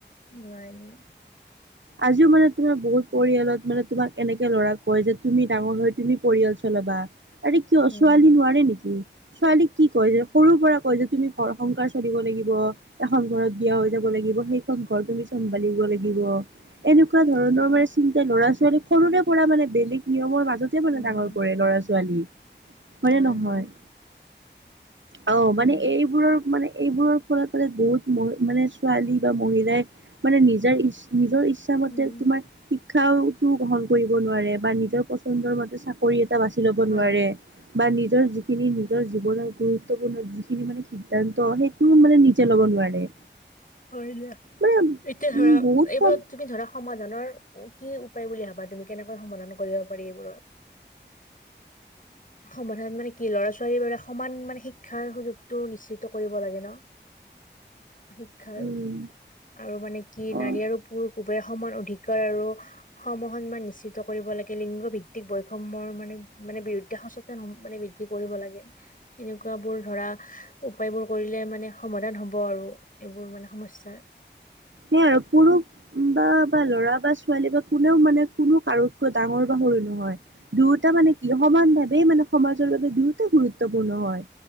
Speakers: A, on the left; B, on the right.
A: নাই নাই।
B: আজিও মানে তোমাৰ বহুত পৰিয়ালত মানে তোমাক এনেকে ল'ৰাক কয় যে তুমি ডাঙৰ হৈ তুমি পৰিয়াল চলাবা। আৰে কিয়?
A: উম
B: ছোৱালী নোৱাৰে নেকি? ছোৱালীক কি কয় যে, সৰুৰ পৰা কয় যে তুমি ঘৰ সংসাৰ চলিব লাগিব। এখন ঘৰত বিয়া হৈ যাব লাগিব, সেইখন ঘৰ তুমি চম্ভালিব লাগিব। এনেকুৱা ধৰণৰ
A: হয়
B: মানে
A: হয়
B: চিন্তা ল'ৰা ছোৱালী সৰুৰে পৰা মানে বেলেগ নিয়মৰ মাজ য'তে মানে
A: উম
B: ডাঙৰ কৰে ল'ৰা-ছোৱালীক হয়নে
A: হয়
B: নহয়?
A: হয়
B: অ', মানে
A: উম
B: এইবোৰৰ, মানে এইবোৰৰ ফলত বহুত মহ, মানে ছোৱালী বা মহিলাই মানে নিজৰ ইছ নিজৰ ইচ্ছা মতে
A: উম
B: তোমাৰ শিক্ষাও গ্ৰহণ কৰিব নোৱাৰে বা নিজৰ পচন্দৰ মতে চাকৰি চাকৰি এটা বাচি ল'ব
A: হয়
B: নোৱাৰে
A: হয়
B: বা নিজৰ যিখিনি নিজৰ জীৱনৰ গুৰুত্বপূৰ্ণ যিখিনি মানে। সিদ্ধান্ত সেইটো মানে নিজে ল'ব নোৱাৰে।
A: হয় দিয়া
B: মানে
A: এতিয়া
B: উম
A: ধৰা
B: বহুত
A: এইবোৰত
B: কম
A: তুমি ধৰা সমাধানৰ কি উপায় বুলি ভাবা তুমি কেনেকৈ সমাধান কৰিব পাৰি এইবোৰৰ। সমাধান মানে কি ল'ৰা ছোৱালীৰ বোৰে সমান মানে শিক্ষাৰ সুযোগতটো নিশ্চিত কৰিব লাগে ন। শিক্ষাৰ
B: উম
A: আৰু মানে কি
B: অ
A: নাৰী আৰু পুৰুষ সমান অধিকাৰ আৰু সম, সন্মান নিশ্চিত কৰিব লাগে লিংগ ভিত্তিক বৈষময়ৰ মানে, মানে বিৰুদ্ধে ইচেতেন মানে বৃদ্ধি কৰিব লাগে এনেকুৱা বোৰ ধৰা উপায়বোৰ কৰিলে মানে সমাধান হ'ব আৰু এইবোৰ মানে সমম্যাৰ
B: সেই আৰু পুৰুষ বা, বা ল'ৰা বা ছোৱালী বা কোনেও মানে কোনো কাৰোতকৈ ডাঙৰ বা সৰু নহয়। দুয়োটা মানে কি সমান ভাৱেই মানে সমাজৰ বাবে দুয়োটা গুৰুত্বপূৰ্ণ হয়।